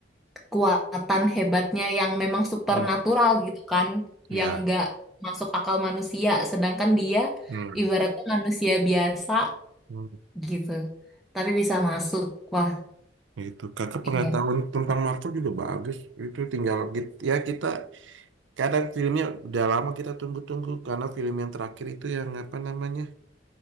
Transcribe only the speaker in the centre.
kekuatan hebatnya yang memang supernatural
gitu kan,
yang nggak masuk akal manusia. Sedangkan dia
ibaratnya manusia biasa
gitu, tapi bisa masuk. Wah,
iya.